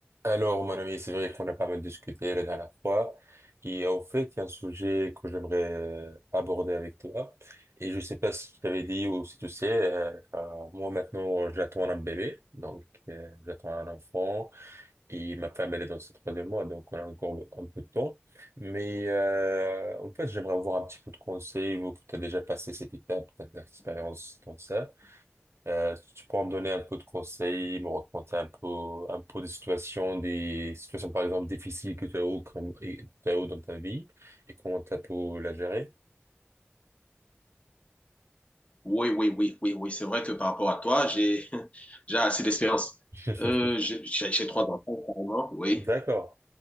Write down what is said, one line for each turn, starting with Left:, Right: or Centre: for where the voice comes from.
Right: Alors, mon ami, c'est vrai qu'on a pas mal discuté la dernière fois. Et euh, en fait, il y a un sujet que j'aimerais euh, aborder avec toi. Et je sais pas si je t'avais dit ou si tu sais, euh, euh, moi maintenant, j'attends un bébé. Donc, euh, j'attends un enfant. Et ma femme, elle est dans ses troisième mois. Donc, on a encore un peu de temps. Mais euh, en fait, j'aimerais avoir un petit peu de conseils, vous que tu as déjà passé cette étape, tu as de l'expérience dans ça. Euh, est-ce que tu pourras me donner un peu de conseils, me raconter un peu, un peu des situations, des situations par exemple difficiles que tu as eu, comme, et, tu as eu dans ta vie et comment tu as pu la gérer?
Left: Oui, oui, oui, oui, oui. C'est vrai que par rapport à toi, j'ai <laughs> j'ai assez d'expérience.
Right: <laughs>
Left: Euh, j'ai j'ai- j'ai trois enfants, carrément. Oui,
Right: D'accord.